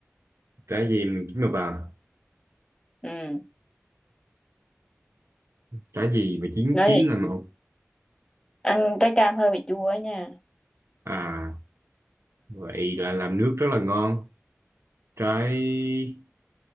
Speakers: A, on the right; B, on the left.
A: trái gì mà chín màu vàng
B: ừ
A: trái gì mà chín
B: nói
A: chín
B: vậy
A: là màu
B: ăn trái cam hơi bị chua á nha
A: à vậy là làm nước rất là ngon trái